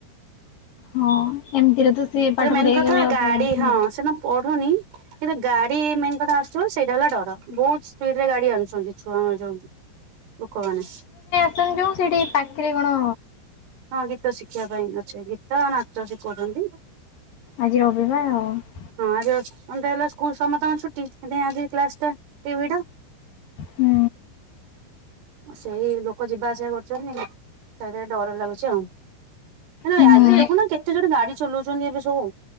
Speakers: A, on the left; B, on the right.
A: ହଁ ଏମତିରେ ତ। ସେ
B: ହେଥେରେ
A: ପାଠ
B: ମେନ୍
A: ପଢିବାକୁ
B: କଥା
A: ଆଉ
B: ଗାଡି
A: ପଳାନ୍ତି
B: ହଁ ସେ ନା ପଢୁନି କିନ୍ତୁ ଗାଡି ମେନ୍ କଥା ଆସୁଚି ବୋଲି ସେଇଟା ହେଲା ଡର ବହୁତ ସ୍ପିଡ ରେ ଗାଡି ଆଣୁଛନ୍ତି। ଛୁଆଙ୍କ ଯୋଗୁ ଲୋକମାନେ।
A: ସେମାନେ ଯୋଉ ସେଠି ପାଖରେ କଣ।
B: ହଁ ଗୀତ ଶିଖିବା ପାଇଁ ଅଛେ ଗୀତ ଆଉ ନାଚ ଶିଖଉଛନ୍ତି।
A: ଆଜି ରବିବାର ଆଉ।
B: ହଁ ଆଜି ର ସଣ୍ଡେ ହେଲା ସ୍କୁଲ ସମସ୍ତଙ୍କ ଛୁଟି ହେଥିପାଇଁ ଆଜି କ୍ଲାସ ଟା ଟିଭି ଟା।
A: ହୁଁ।
B: ସେଇ ଲୋକ ଯିବା ଆସିବା କରୁଚନ୍ତି ସେଇଥିପାଇଁ ଡର ଲାଗୁଛି ଆଉ। ନାଇଁ ତମେ
A: ହୁଁ
B: ଆଜି ଦେଖୁନ କେତେ ଜୋରେ ଗାଡି ଚଲଉଚନ୍ତି ଏବେ ସବୁ।